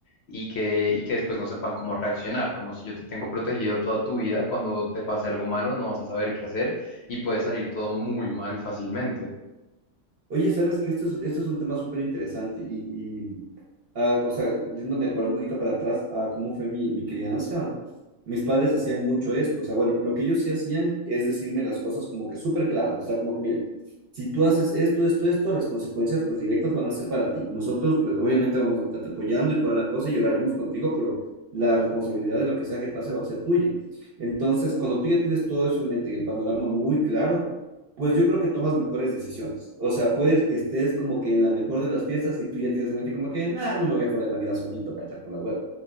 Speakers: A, on the left; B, on the right.
A: y que, y que después no sepan cómo reaccionar, como si yo te tengo protegido toda tu vida, cuando te pase algo malo no vas a saber qué hacer y puede salir todo muy mal fácilmente.
B: Oye, sabes que esto es, esto es un tema súper interesante y, y a- o sea, yéndome por un poquito para atrás a cómo fue mi, mi crianza, mis padres hacían mucho esto. O sea, bueno, lo que ellos sí hacían es decirme las cosas como que súper claras. O sea, como que, mira, si tú haces esto, esto, esto, las consecuencias pues directas van a ser para ti. Nosotros pues obviamente vamos a estarte apoyando y toda la cosa y lloraremos contigo, pero la responsabilidad de lo que sea que pase va a ser tuya. Entonces, cuando tú ya tienes todo eso en mente y el panorama muy claro, pues yo creo que tomas mejores decisiones. O sea, puedes que estés como que en la mejor de las fiestas y tú ya tienes en mente como que, nada, no me voy a joder la vida solito, cacha, por las huevas.